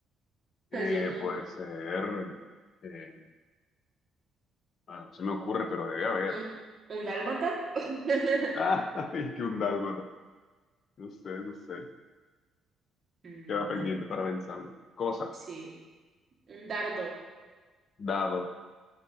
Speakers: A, on the right (about 30°); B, on the left (about 50°).
A: O
B: Eh,
A: sea, yo no.
B: puede ser. eh, ah, no se me ocurre, pero debe haber.
A: ¿Un, un dálmata? <laughs>
B: <laughs> ¡Ay, que un dálmata! No sé, no sé.
A: Mm,
B: Queda pendiente
A: bueno,
B: para pensarlo. Cosa,
A: sí. Un dardo.
B: dado,